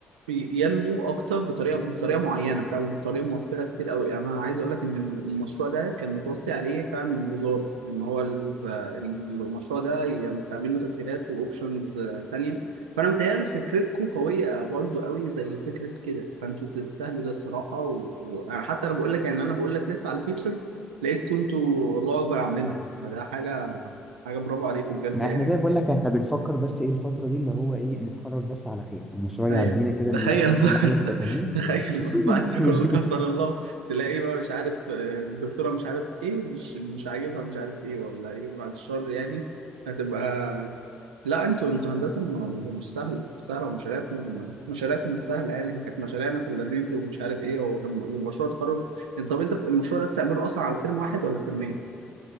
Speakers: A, on the right (about 80°); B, in the centre.
A: بي- ينمو اكتر بطريقه بطريقه معينه فاهم بطريقه موفره كتير قوي انا عايز اقول لك ان المشروع ده كان متوصي عليه فعلا من الوزاره ان هو ال- إن المشروع ده يعني تعمل له تسهيلات واوبشنز تانية فانا متهيألي فكرتكم قويه برضو قوي زي فكره كده فانتوا تستاهلوا ده الصراحه و... و... أنا حتى انا بقول لك يعني انا بقول لك لسه على فيتشر لقيتكم انتوا الله اكبر عاملينها فده حاجه حاجه برافو عليكم بجد
B: ما
A: يعني
B: احنا زي بقول لك احنا بنفكر بس ايه الفتره دي اللي هو ايه نتخرج بس على خير المشروع
A: ايوه
B: يعدينا كده
A: تخيل
B: المناقشه وكل
A: بقى
B: حاجه تبقى تمام
A: <laughs> تخيل
B: <laughs>
A: بقى بعد ده كله قدر الله تلاقي بقى مش عارف آه، الدكتوره مش عارف ايه مش مش عاجبها مش عارف ايه ولا ايه بعد الشر يعني هتبقى لا انتوا انتوا هندسه م- مش سهله مش سهله ومشاريعكم مشاريعكم مش سهله يعني إحنا كانت مشاريعنا في اللذيذ ومش عارف ايه ومشروع تخرج انت طب انت بت- المشروع ده بتعمله اصلا على ترم واحد ولا ترمين؟